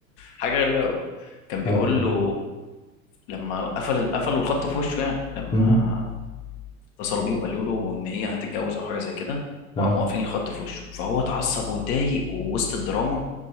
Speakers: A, on the left (about 50°); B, on the left (about 15°).
A: حاجة غريبة قوي كان بيقول
B: اه والله
A: له لما قفل قفلوا الخط في وشه يعني لما
B: امم
A: اتصلوا بيه وقالوا له ان هي هتتجوز او حاجه زي كده
B: اه
A: وقاموا قافلين الخط في وشه فهو اتعصب واتضايق ووسط الدراما